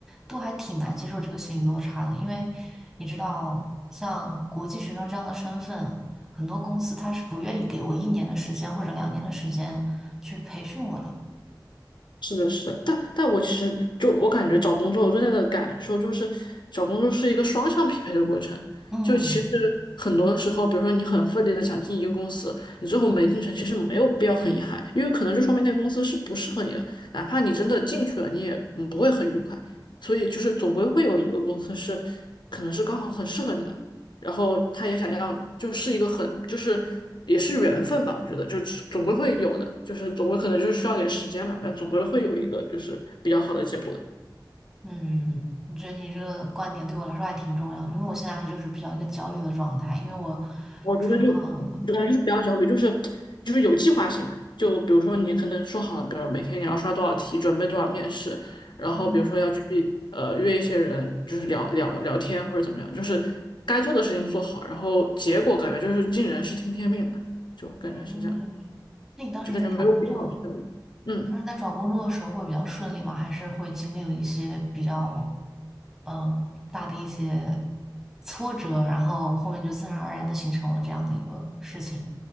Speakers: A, in the centre; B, on the left.
A: 都还挺难接受这个心理落差的，因为你知道，像国际学生这样的身份，很多公司他是不愿意给我一年的时间或者两年的时间去培训我的。
B: 是的，是的，但但我其实就我感觉找工作，我最大的感受就是找工作是一个双向匹配的过程。
A: 嗯
B: 就其实很多时候，比如说你很奋力的想进一个公司，你最后没进成，其实没有必要很遗憾，因为可能就说明那个公司是不适合你的，哪怕你真的进去了，你也嗯不会很愉快。所以就是总归会有一个公司是可能是刚好很适合你的，然后他也想要你，就是一个很就是也是缘分吧，我觉得就是总归会有的，就是总归可能就是需要点时间嘛，但总归会有一个就是比较好的结果的。
A: 嗯，我觉得你这个观点对我来说还挺重要的，因为我现在还就是比较一个焦虑的状态，因为我
B: 我觉得就
A: 除了
B: 就感觉就是不要焦虑，就是就是有计划性嘛。就比如说你可能说好了，比如每天你要刷多少题，准备多少面试，然后比如说要去呃约一些人，
A: 嗯
B: 就是聊聊聊天或者怎么样，就是该做的事情做好，然后结果感觉就是尽人事听天命吧，就感觉是这样，
A: 嗯，那你当时在找工作？
B: 就感觉没有必要去焦虑。嗯。
A: 你当时在找工作的时候会比较顺利吗？还是会经历了一些比较嗯大的一些挫折，然后后面就自然而然的形成了这样的一个事情？